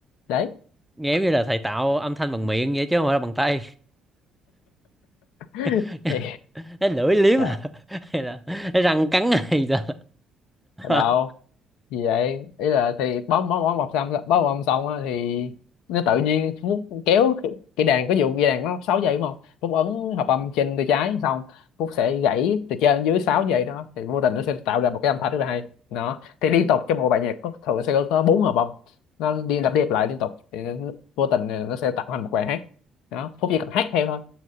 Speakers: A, on the left (about 70°); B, in the centre.
A: đấy
B: nghe giống như là thầy tạo âm thanh bằng miệng vậy chứ không phải là bằng tay
A: <laughs>
B: <laughs>
A: thì
B: Cái lưỡi liếm
A: à,
B: hả? <laughs> hay là cái răng cắn hay sao
A: đâu
B: <laughs>
A: gì vậy ý là thì bóng bóng bóng mọc xong bóng bóng xong á thì nó tự nhiên Phúc kéo cái cái đàn có vụ cái đàn nó 6 giây đúng không Phúc ấn hợp âm trên tay trái xong Phúc sẽ gãy từ trên dưới 6 giây đó thì vô tình nó sẽ tạo ra một cái âm thanh rất là hay đó thì liên tục trong một bài nhạc có, thường sẽ có có bốn hợp âm nó đi lặp đi lặp lại liên tục thì nó- vô tình nó sẽ tạo thành một bài hát đó Phúc chỉ cần hát theo thôi